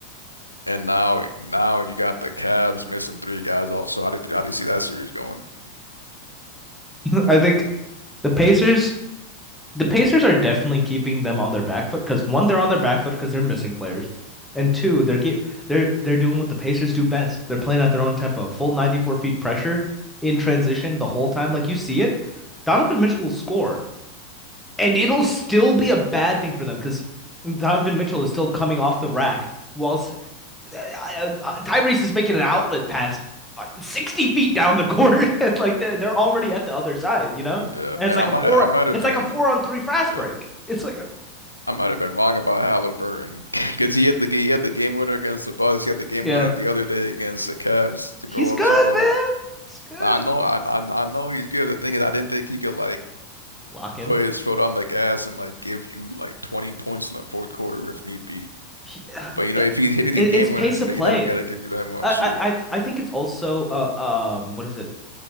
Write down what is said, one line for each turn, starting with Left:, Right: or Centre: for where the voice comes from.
Left: And now now you got the Cavs missing three guys also. How did how do you see that series going?
Centre: <laughs> I think the Pacers, the Pacers are definitely keeping them on their back foot because one, they're on their back foot because they're missing players, and two, they're ge- they're they're doing what the Pacers do best. They're playing at their own tempo, full 94 feet pressure in transition the whole time. Like you see it, Donovan Mitchell will score. And it'll still be a bad thing for them because Donovan Mitchell is still coming off the rack, whilst uh, uh, uh, Tyrese is making an outlet pass like, 60 feet down the court. <laughs> It's like they're they're already at the other side, you know?
Left: Yeah,
Centre: And
Left: man,
Centre: it's like
Left: I might
Centre: a four
Left: have I might have
Centre: it's
Left: been.
Centre: like a four on three fast break.
Left: uh,
Centre: It's like a
Left: I might have been wrong about Halliburton <laughs> because he had the he had the game winner against the Bucks. He had the game
Centre: yeah.
Left: winner the other day against the Cavs to
Centre: He's
Left: go
Centre: good,
Left: up 2-0.
Centre: man. He's good.
Left: I know, I, I I know he's good. The thing is, I didn't think he could like
Centre: Lock in.
Left: put his foot on the gas and like give you like 20 points in the fourth quarter if need be.
Centre: He, uh,
Left: But you know,
Centre: it,
Left: if he's hitting these
Centre: it's
Left: game
Centre: pace
Left: winners, he,
Centre: of play.
Left: he doesn't gotta give you that much.
Centre: I,
Left: Yeah.
Centre: I I I think it's also uh um what is it?